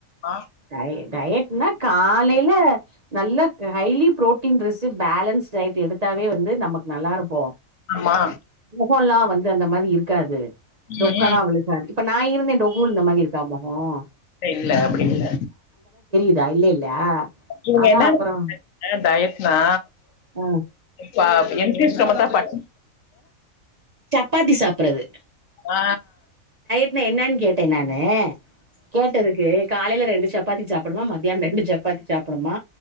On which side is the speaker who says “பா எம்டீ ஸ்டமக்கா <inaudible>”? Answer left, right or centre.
Left